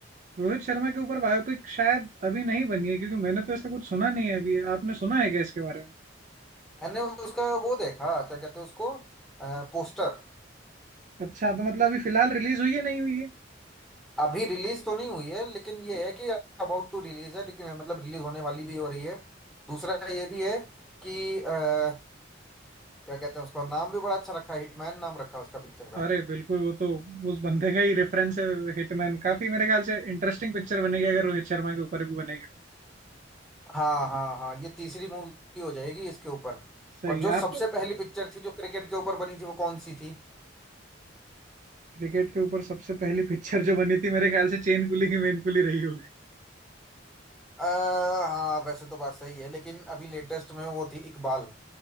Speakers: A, on the right (about 40°); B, in the centre.
A: रोहित शर्मा के ऊपर बायोपिक शायद अभी नहीं बनी है क्योंकि मैंने तो ऐसा कुछ सुना नहीं है अभी आपने सुना है क्या इसके बारे में
B: मैंने उसका वो देखा क्या कहते हैं उसको पोस्टर
A: अच्छा तो मतलब अभी फिलहाल रिलीज हुई है नहीं हुई है
B: अभी रिलीज तो नहीं हुई है लेकिन ये है कि अबाउट टू रिलीज है लेकिन मतलब रिलीज होने वाली भी हो रही है दूसरा ये भी है कि अ, क्या कहते हैं उसका नाम भी बड़ा अच्छा रखा है हिटमैन नाम रखा है उसका पिक्चर का
A: अरे बिल्कुल वो तो उस बंदे का ही रेफरेंस है हिटमैन काफी मेरे ख्याल से इंटरेस्टिंग पिक्चर बनेगी अगर रोहित शर्मा के ऊपर भी बनेगी तो
B: हाँ हाँ हाँ ये तीसरी मूवी हो जाएगी इसके ऊपर
A: सही
B: और जो सबसे
A: आपको
B: पहली पिक्चर थी जो क्रिकेट के ऊपर बनी थी वो कौन सी थी
A: क्रिकेट के ऊपर सबसे पहली पिक्चर जो बनी थी मेरे ख्याल से चेन कुली की मेन कुली रही होगी
B: आ, हाँ वैसे तो बात सही है लेकिन अभी लेटेस्ट में वो थी इकबाल